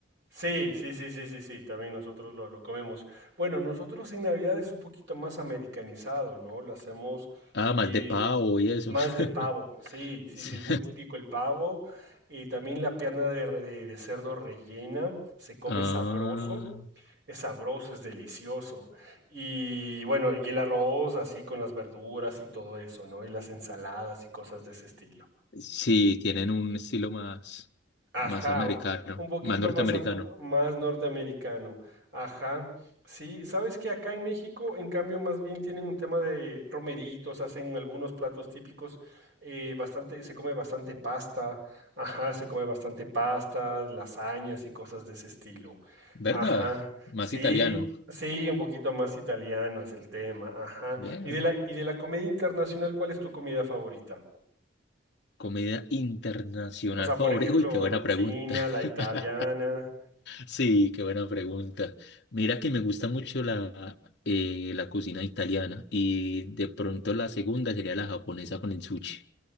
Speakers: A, on the right; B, on the left.
A: Sí, sí, sí, sí, sí, sí, también nosotros lo, lo comemos. Bueno, nosotros en Navidad es un poquito más americanizado, ¿no? Lo hacemos
B: Ah,
A: eh,
B: más de pavo y eso.
A: más
B: <laughs>
A: de pavo, sí, sí,
B: Sí.
A: sí, es muy típico el pavo. Y también la pierna de, re- de- de cerdo rellena, se come
B: Ah,
A: sabroso, es sabroso, es delicioso. Y bueno, y el arroz así con las verduras y todo eso, ¿no? Y las ensaladas y cosas de ese estilo.
B: sí, tienen un estilo más,
A: Ajá,
B: más americano,
A: o- un poquito
B: más norteamericano.
A: más, am- más norteamericano. Ajá, sí, sabes que acá en México, en cambio, más bien tienen un tema de romeritos, hacen algunos platos típicos, eh, bastante, se come bastante pasta, ajá, se come bastante pasta, lasañas y cosas de ese estilo.
B: ¿Verdad?
A: Ajá,
B: Más
A: sí,
B: italiano.
A: sí, un poquito más italiano es el tema, ajá.
B: Bueno,
A: Y de la, y de la comida internacional, ¿cuál es tu comida favorita?
B: comida internacional
A: O sea, por
B: favorita.
A: ejemplo,
B: Uy, qué buena
A: la china,
B: pregunta.
A: la italiana.
B: <laughs> Sí, qué buena pregunta. Mira que me gusta mucho la, eh, la cocina italiana y de pronto la segunda sería la japonesa con el sushi.